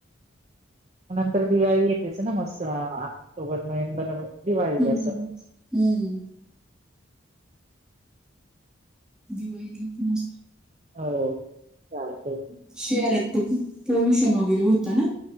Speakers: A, on the right (about 35°); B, in the centre.
A: नंतर दिवाळी येतेच, ना मस् ऑक्टोबर, नोव्हेंबर दिवाळी
B: हम्म
A: असं.
B: हम्म, दिवाळी घप न असतो.
A: होय, चालतय.
B: शहरात तुप, पोल्युशन वगैरे होतं ना.